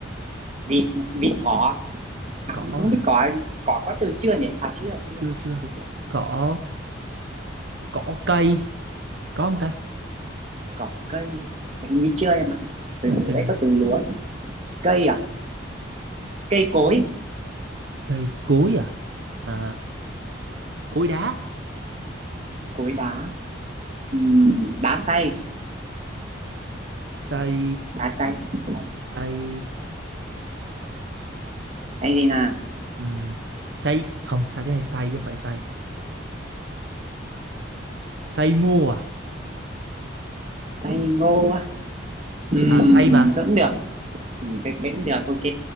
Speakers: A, on the right; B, on the right.
A: Vịt, nè, vịt cỏ. À,
B: cỏ
A: không
B: hả
A: biết cỏ, cỏ có từ chưa nhỉ? À chưa, chưa.
B: chưa chưa
A: chưa.
B: cỏ cỏ cây có không ta
A: Cỏ cây, hình như chưa em ạ. Từ
B: ok
A: hồi đấy
B: nè
A: có từ lúa thôi. Cây à? Cây cối,
B: cây cối à à cối đá
A: cối đá. Ừm, đá xay,
B: xây
A: đá xay. Xay,
B: xây
A: xay gì nào?
B: ừm, xây không xây cái này xây chứ không phải xây xây ngô à?
A: Xay ngô á. Ừm,
B: Ờ, say mà
A: thôi cũng được. Ừ, cái cái cũng được, ok.